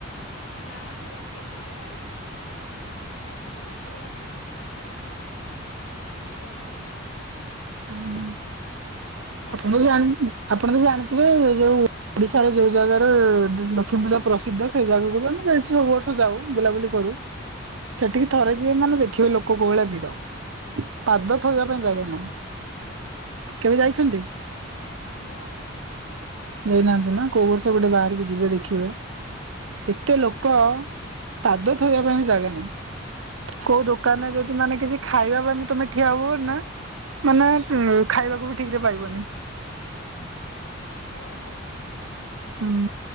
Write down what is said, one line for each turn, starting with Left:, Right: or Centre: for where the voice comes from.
Left: ନାଁ ଲକ୍ଷ୍ମୀ ପୂଜା ଲକ୍ଷ୍ମୀପୂଜା ହୋଉଚି ଭୁବନରେ ହେଲେ କେବେ ଦେଖିଯାଇନି।
Right: ଉହୁଁ।
Left: ନା
Right: ଆପଣ
Left: ନା
Right: ତ
Left: ହଁ
Right: ଜାଣି ଆପଣ ତ ଜାଣିଥିବେ ଯୋଉ ଓଡିଶାର ଯଉ ଜାଗାରେ ଲକ୍ଷ୍ମୀ ପୂଜା ପ୍ରସିଦ୍ଧ ସେଇ ଜାଗାକୁ ବି ଆମେ ଯାଇଛୁ ସବୁ ବର୍ଷ ଯାଉ ବୁଲାବୁଲି କରୁ। ସେଠିକି
Left: ହୁଁ
Right: ଥରେ ଯିବେ ମାନେ ଦେଖିବେ ଲୋକ କୋଉଭଳିଆ ଭିଡ । ପାଦ ଥୋଇବା ପାଇଁ ଜାଗେ
Left: ଓହୋ
Right: ନାଇ, କେବେ ଯାଇଛନ୍ତି?
Left: ନା।
Right: ଯାଇନାହାନ୍ତି ନା କୋଉ ବର୍ଷ ଗୋଟେ ବାହାରିକି ଯିବେ ଦେଖିବେ। ଏତେ ଲୋକ ପାଦ ଥୋଇବା ପାଇଁ ବି ଜାଗା ନାହିଁ । କୋଉ ଦୋକାନରେ
Left: ଓହୋ
Right: ଯଦି ମାନେ କିଛି ଖାଇବା ପାଇଁ ବି ତମେ ଠିଆ ହୁଅନା, ମାନେ ଉଁ ଖାଇବାକୁ ବି ଠିକ୍ ରେ ପାଇବନି।
Left: ଓହୋ।
Right: ଉଁ